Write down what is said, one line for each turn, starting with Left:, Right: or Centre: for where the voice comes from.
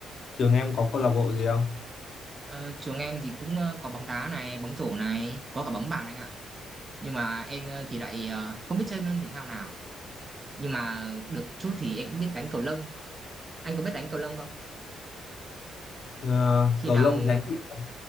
Left: Trường em có câu lạc bộ gì không?
Right: Ờ, trường em thì cũng ờ, có bóng đá này bóng rổ này có cả bóng bàn anh ạ nhưng mà em ờ, thì lại ờ, không biết chơi môn thể thao nào nhưng mà được chút thì em cũng biết đánh cầu lông anh có biết đánh cầu lông không
Left: Ờ,
Right: khi
Left: cầu
Right: nào
Left: lông thì anh biết đánh,